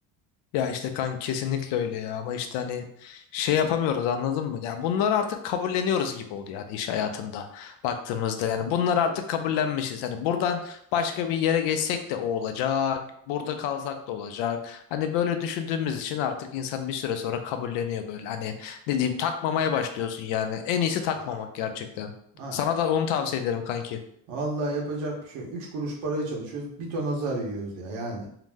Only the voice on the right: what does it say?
Ha.
ha.
Vallahi yapacak bir şey yok. Üç kuruş paraya çalışıyoruz. Bir ton azar yiyoruz ya yani.